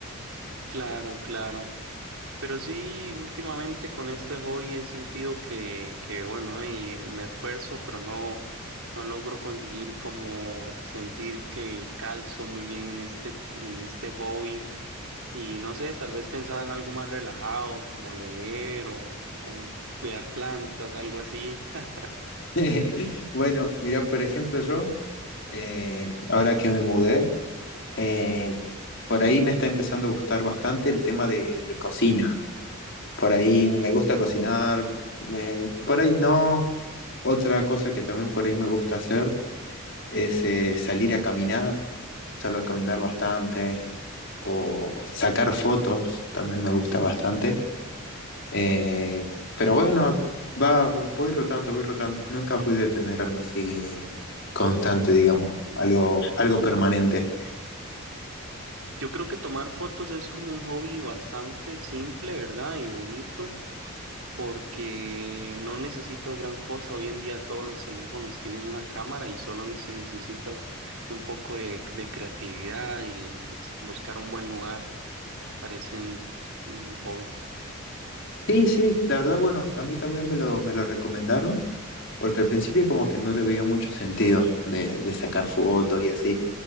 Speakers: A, on the right; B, on the left.
A: Claro, claro. Pero sí, últimamente con este hobby he sentido que, que bueno, y eh, me esfuerzo, pero no, no logro conseguir como sentir que calzo muy bien en este, en este hobby. Y no sé, tal vez pensaba en algo más relajado, como leer o, o cuidar plantas, algo así. <laughs>
B: <laughs> Bueno, mira, por ejemplo, yo. eh, ahora que me mudé. Eh, por ahí me está empezando a gustar bastante el tema de, de cocina. Por ahí me gusta cocinar, me- por ahí no. Otra cosa que también por ahí me gusta hacer es eh, salir a caminar, salgo a caminar bastante, o sacar fotos, también me gusta bastante. Eh, pero bueno, va, voy rotando, voy rotando. Nunca fui de tener algo así constante, digamos,
A: Ujú.
B: algo, algo permanente.
A: Yo creo que tomar fotos es como un hobby bastante simple, ¿verdad? Y bonito. porque no necesitas gran cosa. Hoy en día todos los teléfonos tienen una cámara y solo ne- se necesita un poco de, de creatividad y es- buscar un buen lugar. Parece un un buen hobby.
B: Sí, sí, la verdad, bueno, a mí también me lo, me lo recomendaron, porque al principio como que no le veía mucho sentido de, de sacar fotos y así,